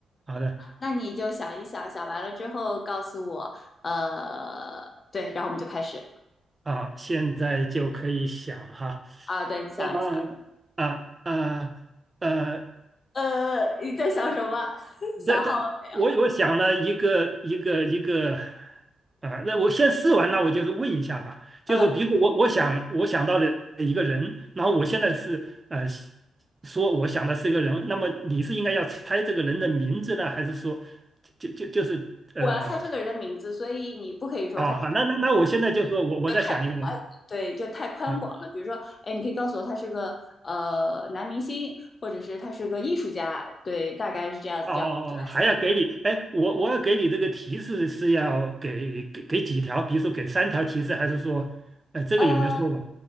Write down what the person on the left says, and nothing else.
那你就想一想，想完了之后告诉我，呃，对，然后我们就开始
啊，对，你想一想，
呃，你在想什么？<laughs>
想好了没有？
呃，
我要猜这个人的名字，所以你不可以说他
就太对，就太宽广了。
比如说，哎，你可以告诉我他是个呃男明星，或者是他是个艺术家，对，大概是这样子，
这样我们就来猜。
呃，